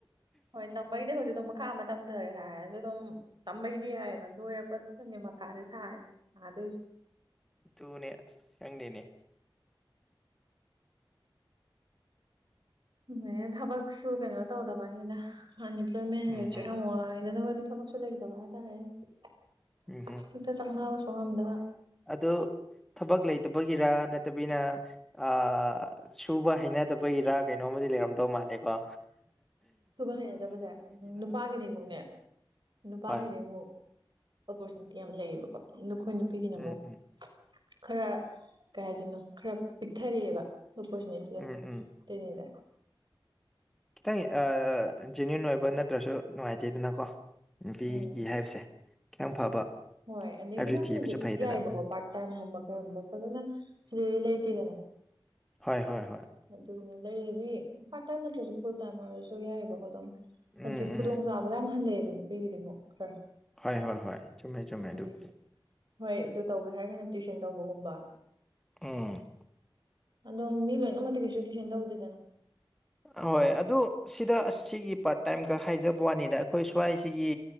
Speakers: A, on the right; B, in the centre.
A: ꯍꯣꯏ ꯇꯝꯕꯩꯗꯤ ꯍꯧꯖꯤꯛ ꯑꯗꯨꯝ ꯃꯈꯥ ꯑꯃ ꯇꯝꯊꯔꯦ ꯍꯥꯏꯔꯁꯨ ꯑꯗꯨꯝ ꯇꯝꯕꯩꯗꯤ ꯌꯥꯏꯑꯕ ꯂꯣꯏꯔꯛꯄꯗꯨꯗꯅꯦ ꯃꯊꯥꯁ ꯁꯥꯔ ꯁꯥꯥꯗꯣꯏꯁꯦ
B: ꯇꯨꯅꯦ ꯈꯪꯗꯦꯅꯦ
A: ꯅꯦ ꯊꯕꯛꯁꯨ ꯀꯩꯅꯣ ꯇꯧꯗꯕꯅꯤꯅ ꯑꯟꯑꯝꯄ꯭ꯂꯣꯏꯃꯦꯟ
B: ꯎꯝ
A: ꯑꯣꯏꯁꯨ
B: ꯍꯝ
A: ꯌꯥꯝꯝꯃꯛꯑꯣ ꯍꯥꯏꯅ ꯊꯕꯛꯁꯨ ꯂꯩꯇꯕ ꯍꯥꯏꯇꯥꯔꯦ ꯍꯦꯛꯇ
B: ꯎꯝ
A: ꯆꯪꯅꯕꯁꯨ ꯉꯝꯗꯕ꯫
B: ꯑꯗꯨ ꯊꯕꯛ ꯂꯩꯇꯕꯒꯤꯔ ꯅꯠꯇꯕꯤꯅ ꯑ ꯁꯨꯕ ꯍꯩꯅꯗꯕ ꯑꯩꯈꯣꯏꯒꯤꯔꯥ ꯀꯩꯅꯣꯝꯃ ꯂꯩꯔꯝꯗꯧ ꯃꯥꯜꯂꯦꯀꯣ
A: ꯁꯨꯕ ꯍꯩꯅꯗꯕꯁꯦ ꯎꯝ ꯅꯨꯄꯥꯒꯤꯗꯤ ꯑꯃꯨꯛꯅꯦ ꯅꯨꯄꯥꯒꯤꯗꯤ
B: ꯍꯣꯏ
A: ꯑꯃꯨꯛ ꯑꯣꯄꯣꯔꯆꯨꯅꯤꯇꯤ ꯌꯥꯝ ꯂꯩꯌꯦꯕꯀꯣ ꯅꯈꯣꯏ ꯅꯨꯄꯤꯒꯤꯅ
B: ꯎꯝ
A: ꯑꯃꯨꯛ
B: ꯎꯝ
A: ꯈꯔ ꯀꯩ ꯍꯥꯏꯗꯣꯏꯅꯣ ꯈꯔ ꯄꯤꯛꯊꯔꯛꯑꯦꯕ ꯑꯣꯄꯣꯔꯆꯨꯅꯤꯇꯤꯗꯣ
B: ꯎꯝ ꯎꯝ
A: ꯑꯗꯨꯏꯅꯤꯗ꯫
B: ꯇꯩ ꯑꯥ ꯖꯦꯅ꯭ꯨꯋꯟ ꯑꯣꯏꯕ ꯅꯠꯇ꯭ꯔꯁꯨ ꯅꯨꯡꯉꯥꯏꯇꯦꯗꯅꯀꯣ ꯅꯨꯄꯤꯒꯤ
A: ꯎꯝ
B: ꯍꯥꯏꯕꯁꯦ ꯀꯌꯥꯝ ꯐꯕ
A: ꯍꯣꯏ ꯑꯗꯒꯤ
B: ꯍꯥꯏꯕꯁꯨ
A: ꯑꯗꯨꯝ
B: ꯊꯤꯕꯁꯨ
A: ꯍꯥꯏꯗꯤ
B: ꯐꯩꯗꯅ
A: ꯌꯥꯏꯑꯕꯀꯣ
B: ꯎꯝ
A: ꯄꯥꯔꯠ ꯇꯥꯏꯝꯒꯨꯝꯕ ꯀꯩꯒꯨꯝꯕ ꯐꯖꯥꯅ ꯁꯤꯗꯗꯤ ꯂꯩꯇꯦꯗꯅ
B: ꯐꯥꯏ ꯍꯣꯏ ꯍꯣꯏ
A: ꯑꯗꯨꯅꯤ ꯂꯩꯔꯗꯤ ꯄꯥꯔꯠ-ꯇꯥꯏꯝ ꯅꯠꯇ꯭ꯔꯖꯨ ꯐꯨꯜ-ꯇꯥꯏꯝ ꯑꯣꯏꯔꯁꯨ ꯌꯥꯏꯑꯕꯀꯣ ꯑꯗꯨꯝ ꯍꯥꯏꯗꯤ
B: ꯎꯝ
A: ꯈꯨꯗꯣꯡꯆꯥꯕꯗꯣ
B: ꯎꯝ
A: ꯌꯥꯝ ꯍꯟꯗꯩꯑꯕ ꯅꯨꯄꯤꯒꯤꯗꯤ ꯑꯃꯨꯛ ꯈꯔ
B: ꯍꯣꯏ ꯍꯣꯏ ꯍꯣꯏ ꯆꯨꯝꯃꯦ ꯆꯨꯝꯃꯦ
A: ꯑꯗꯨꯒꯤꯅꯤ
B: ꯑꯗꯨꯕꯨꯗꯤ
A: ꯍꯣꯏ ꯑꯗꯨ ꯇꯧꯒꯦ ꯍꯥꯏꯔꯒꯅ ꯇꯨꯏꯁꯟ ꯇꯧꯕꯒꯨꯝꯕ
B: ꯎꯝ
A: ꯑꯗꯣ ꯃꯤ ꯂꯣꯏꯅꯃꯛꯇꯤ ꯀꯩꯁꯨ ꯇ꯭ꯨꯢꯁꯟ ꯇꯧꯗꯦꯗꯅ
B: ꯑꯍꯣꯏ ꯑꯗꯨ ꯁꯤꯗ ꯁꯤꯒꯤ ꯄꯥꯔꯠ-ꯇꯥꯏꯝ ꯀ ꯍꯥꯏꯖꯕꯩ ꯋꯥꯅꯤꯗ ꯑꯩꯈꯣꯏ ꯁ꯭ꯋꯥꯏꯁꯤꯒꯤ